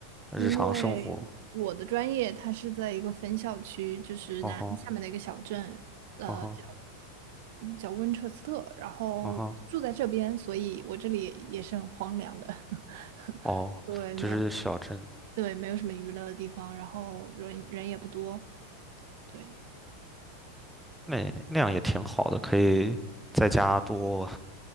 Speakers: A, in the centre; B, on the right.
A: 日常生活。
B: 因为我的专业它是在一个分校区，就是南安下面的一个小镇，
A: 哦吼，
B: 呃，
A: 哦吼，
B: 叫嗯叫温彻斯特，然后我就住在这边，
A: 哦吼，
B: 所以我这里也是很荒凉的。<laughs>
A: 哦，
B: 对，
A: 就是小镇，
B: 没有。对，没有什么娱乐的地方，然后人人也不多，对
A: 那那样也挺好的，可以在家多，